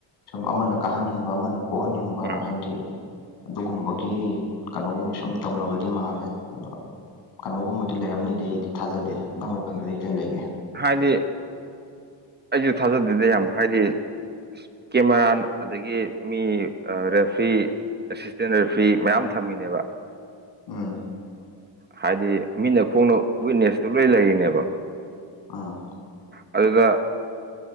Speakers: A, on the left; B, on the right.
A: ꯁꯨꯝ ꯑꯃꯅ ꯀꯥꯍꯟꯅꯤꯡꯕ ꯑꯃꯅ ꯄꯣꯍꯟꯅꯤꯡꯕ
B: ꯎꯝ
A: ꯍꯥꯏꯗꯤ ꯑꯗꯨꯒꯨꯝꯕꯒꯤ ꯀꯩꯅꯣꯒꯨꯝꯕꯁꯨ ꯑꯗꯨꯝ ꯇꯧꯅꯕꯗꯤ ꯃꯥꯜꯂꯦ ꯑꯗꯣ ꯀꯩꯅꯣꯒꯨꯝꯕꯗꯤ ꯂꯩꯔꯝꯅꯤꯗꯤ ꯑꯩꯗꯤ ꯊꯥꯖꯗꯦ ꯅꯪ ꯋꯥꯈꯜꯗꯗꯤ ꯀꯩ ꯂꯩꯒꯦ
B: ꯍꯥꯏꯗꯤ ꯑꯩꯁꯨ ꯊꯥꯖꯗꯦꯗ ꯌꯥꯝ ꯍꯥꯏꯗꯤ ꯀꯦꯃꯦꯔꯥ ꯑꯗꯒꯤ ꯃꯤ ꯔꯦꯐ꯭ꯔꯤ ꯑꯦꯁꯤꯁꯇꯦꯟ ꯔꯦꯐ꯭ꯔꯤ ꯃꯌꯥꯝ ꯊꯝꯃꯤꯅꯦꯕ
A: ꯎꯝ
B: ꯍꯥꯏꯗꯤ ꯃꯤꯠꯅ ꯈꯣꯡꯅ ꯋꯤꯛꯅꯦꯁꯇꯨ ꯂꯣꯏ ꯂꯩꯔꯤꯅꯦꯕ
A: ꯑꯥ
B: ꯑꯗꯨꯗ